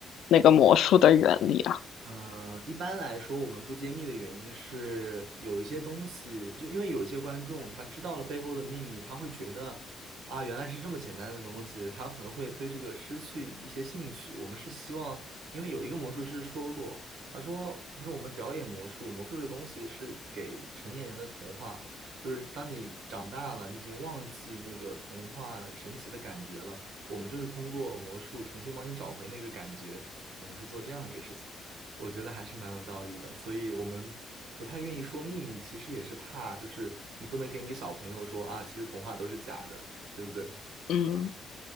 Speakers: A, on the left; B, on the right.
A: 那个魔术的原理啊？
B: 嗯，一般来说，我们不揭秘的原因是有一些东西，就因为有一些观众他知道了背后的秘密，他会觉得啊，原来是这么简单的东西，他可能会对这个失去一些兴趣。我们是希望，因为有一个魔术师说过，他说他说我们表演魔术，魔术这个东西是给成年人的童话，就是当你长大了，你已经忘记那个童话神奇的感觉了，我们就是通过魔术重新帮你找回那个感觉，我们是做这样的一个事情。我觉得还是蛮有道理的，所以我们不太愿意说秘密，其实也是怕，就是你不能跟一个小朋友说啊，其实童话都是假的，对不对？
A: 嗯，